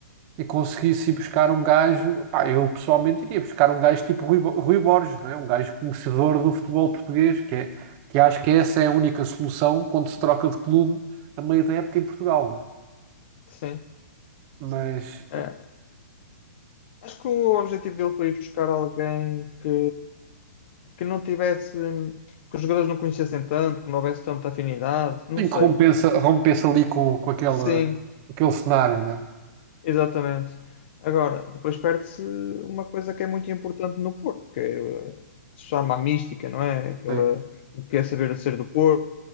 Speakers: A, on the right; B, on the left.
A: e conseguisse ir buscar um gajo. Pá, eu pessoalmente iria buscar um gajo tipo Rui, Bo- Rui Borges, não é? Um gajo conhecedor do futebol português, que, é, que acho que essa é a única solução quando se troca de clube a meio da época em Portugal, não é?
B: Sim.
A: Mas
B: É. Acho que o objetivo dele foi ir buscar alguém que, que não tivesse, que os jogadores não conhecessem tanto, que não houvesse tanta afinidade, não
A: sim,
B: sei.
A: que rompensa, rompensa ali com, com aquele,
B: Sim.
A: aquele cenário, né?
B: Exatamente. Agora, depois perde-se uma coisa que é muito importante no Porto, que é, eh, se chama a mística, não é? Aquela,
A: Sim.
B: o que é saber ser do Porto,